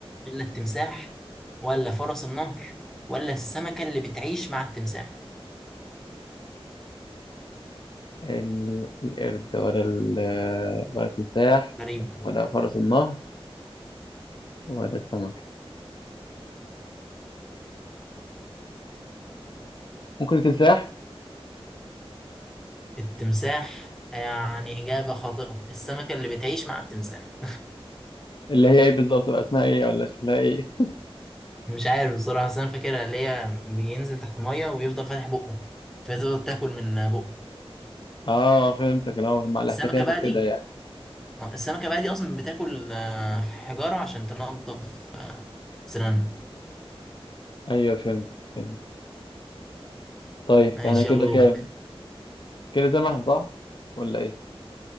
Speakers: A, in the centre; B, on the left.
A: ولا التمساح ولا فرس النهر ولا السمكة اللي بتعيش مع التمساح
B: ال- القرد ولا ال ولا التمساح
A: غريب
B: ولا فرس النهر ولا السمك ممكن التمساح
A: التمساح يعني إجابة خاطئة السمكة اللي بتعيش مع التمساح
B: اللي هي ايه بالظبط بقى اسمها ايه ولا شكلها ايه
A: <laughs> مش عارف بصراحة بس أنا فاكرها اللي هي بينزل تحت المية ويفضل فاتح بقه فتفضل تاكل من بقه
B: اه فهمتك اللي هو مع الاحتكاك
A: السمكة بقى
B: وكده
A: دي
B: يعني
A: آه، السمكة بقى دي أصلا بتاكل آه، حجارة عشان تنضف آه، سنانها
B: ايوه فهمت فهمت طيب
A: ماشي
B: احنا كده
A: يلا دورك
B: كام كده زي ما احنا صح ولا ايه